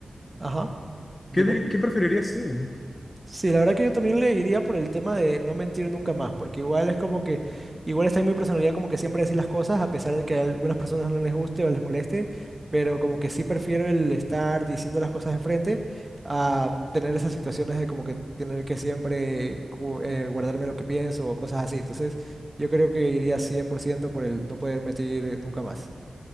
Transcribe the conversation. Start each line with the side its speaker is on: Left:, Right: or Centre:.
Right: Ajá, dime.
Left: qué, dir- qué preferirías tú?
Right: Sí, la verdad que yo también le iría por el tema de no mentir nunca más, porque igual es como que, igual está en mi personalidad como que siempre decir las cosas, a pesar de que a algunas personas no les guste o les moleste, pero como que sí prefiero el estar diciendo las cosas de frente a tener esas situaciones de como que tener que siempre cu- eh, guardarme lo que pienso o cosas así. Entonces, yo creo que iría 100% por ciento por el no poder mentir eh, nunca más.